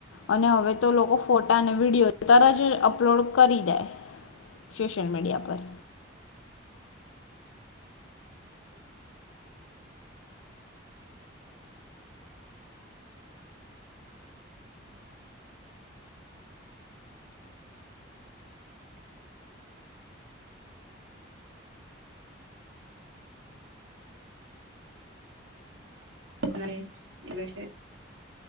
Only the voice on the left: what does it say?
અને હવે તો લોકો ફોટા અને વિડીયો તર જ અપલોડ તો કરી કરી દે સોશિયલ મીડિયા પર.